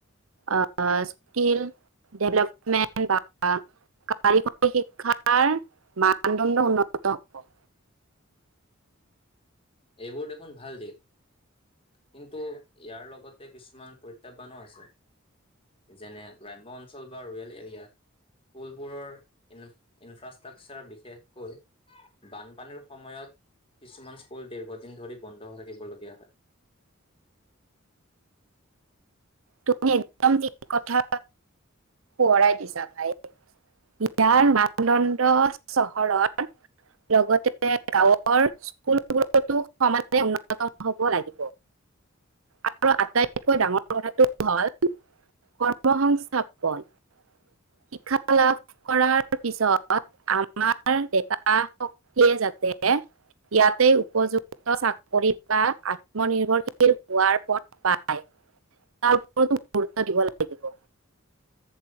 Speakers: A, on the right; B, on the left.
A: আহ স্কিল ডেভেলপমেণ্ট বা কাৰিকৰী শিক্ষাৰ মানদণ্ড উন্নত হ'ব।
B: এইবোৰ দেখোন ভাল দিশ। কিন্তু ইয়াৰ লগতে কিছুমান প্ৰত্যাহ্বানো আছে যেনে- গ্ৰাম্য অঞ্চল বা ৰুৰেল এৰিয়াত পোলবোৰৰ ইন ইনফ্ৰাষ্ট্ৰাকচাৰ বিশেষকৈ বানপানীৰ সময়ত কিছুমান পুল দীৰ্ঘদিন ধৰি বন্ধ থাকিবলগীয়া হয়।
A: তুমি একদম ঠিক কথা সোঁৱৰাই দিছা ভাই, ইয়াৰ মানদণ্ড চহৰৰ লগতে গাঁৱৰ স্কুলবোৰতো সমানে উন্নত হব লাগিব। আৰু আটাইতকৈ ডাঙৰ কথাটো হ'ল-কৰ্মসস্থাপন, শিক্ষা লাভ কৰাৰ পিছত, আমাৰ ডেকা শক্তিয় যাতে ইয়াতে উপযুক্ত চাকৰিত বা আত্মনিৰ্ভৰশীল হোৱাৰ পথ পায়। তাৰ ওপৰতো গুৰুত্ব দিব লাগিব।